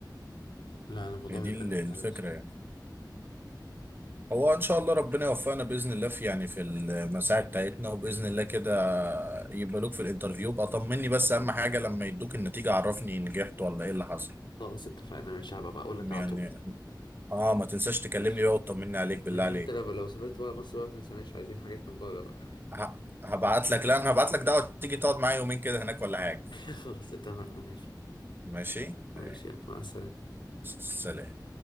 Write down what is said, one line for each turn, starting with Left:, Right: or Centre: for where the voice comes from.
Left: لا انا الموضوع
Right: هي دي
Left: بالنسبه
Right: ال-
Left: لي مختلف
Right: الفكره
Left: بصراحه
Right: يعني هو ان شاء الله ربنا يوفقنا باذن الله في يعني في المساعي بتاعتنا وباذن الله كده يقبلوك في الانترفيو بقى طمني بس اهم حاجه لما يدوك النتيجه عرفني نجحت ولا ايه اللي حصل
Left: خلاص اتفقنا ماشي هبقى بقى اقول لك
Right: يعني
Left: على طول
Right: اه ما تنساش تكلمني
Left: ماشي
Right: بقى وتطمني عليك بالله
Left: ماشي
Right: عليك
Left: وانت لو لو سافرت بقى مصر بقى ما تنساناش عايزين حاجات من بره بقى
Right: ه- هبعت لك لا انا هبعت لك دعوة تيجي تقعد معايا يومين كده هناك ولا حاجة
Left: <laughs> خلاص اتفقنا ماشي
Right: ماشي
Left: ماشي
Right: يعني.
Left: يلا مع السلامة
Right: سلام